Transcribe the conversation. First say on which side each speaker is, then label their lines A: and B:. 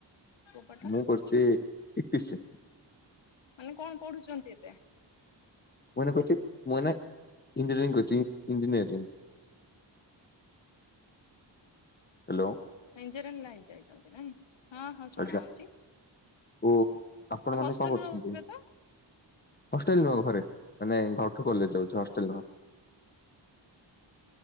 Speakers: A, on the left; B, on the left.
A: କୋଉ ପାଠ
B: ମୁଁ କରିୁଛି ଏ ଟି ଶି।
A: ମାନେ କଣ ପଢୁଛନ୍ତି ଏବେ?
B: ମୁଁ ଏୟିନା କରୁଛି, ମୁଁ ଏୟିନା ଇଞ୍ଜିନିୟରିଂ କରୁଛି ଇଞ୍ଜିନିୟରିଂ। ହ୍ୟାଲୋ।
A: ଇଞ୍ଜିନୀରିଙ୍ଗ ଲାଇନ ଯାଇଛନ୍ତି ନାଇଁ? ହଁ ହଁ ଶୁଣା
B: ଆଜ୍ଞା।
A: ଯାଉଛି।
B: ଓ ଆପଣ ମାନେ
A: ହଷ୍ଟେଲ
B: କଣ କରୁଛନ୍ତି?
A: ରେ ରହୁଥିବେ ତ।
B: ହଷ୍ଟେଲ ନୁହଁ ଘରେ। ମାନେ ଘରଠୁ କଲେଜ ଯାଉଛି ହଷ୍ଟେଲ ନୁହଁ